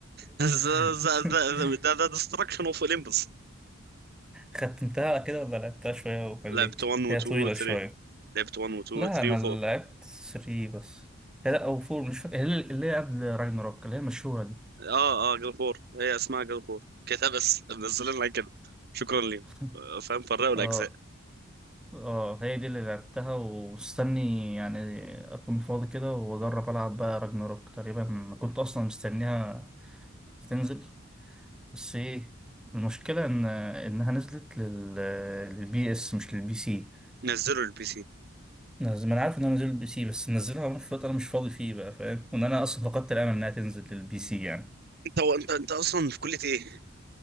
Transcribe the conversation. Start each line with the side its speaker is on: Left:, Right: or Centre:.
Right: the
Centre: <laughs>
Right: the, the, the, the destruction of Olympus.
Centre: ختمتها كده ولا لعبتها شوية وبليت
Right: لعبت 1 و
Centre: هي
Right: 2
Centre: طويلة
Right: و
Centre: شوية
Right: 3 لعبت 1 و 2
Centre: لا
Right: و 3
Centre: أنا
Right: و 4
Centre: لعبت 3 بس هي لا أو 4 مش فاكر هي اللي اللي هي قبل راجناروك اللي هي المشهورة دي
Right: اه اه جاد اوف وور هي اسمها جاد اوف وور كده بس منزلين لنا كده شكرا ليهم
Centre: <laughs>
Right: آه، فاهم فرقوا الاجزاء
Centre: اه اه هي دي اللي لعبتها ومستني يعني اكون فاضي كده واجرب العب بقى راجناروك تقريبا كنت اصلا مستنيها تنزل بس ايه المشكله ان انها نزلت لل للبي اس مش للبي سي
Right: نزلوا البي سي
Centre: نز- ما انا عارف انها نزلت للبي سي بس منزلها وانا في وقت انا مش فاضي فيه بقى فاهم وان انا اصلا فقدت الامل انها تنزل للبي سي يعني
Right: انت هو انت انت اصلا في كليه ايه